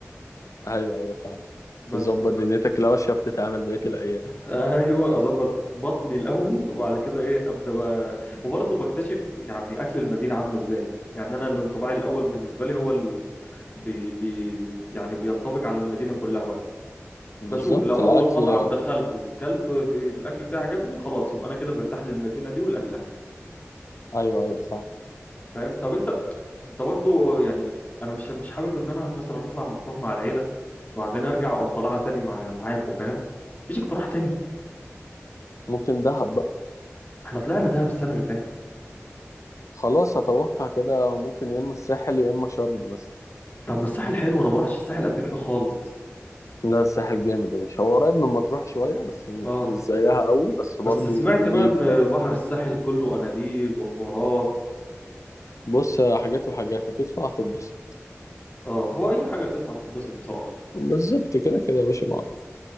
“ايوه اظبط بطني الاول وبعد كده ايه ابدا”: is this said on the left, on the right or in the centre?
Left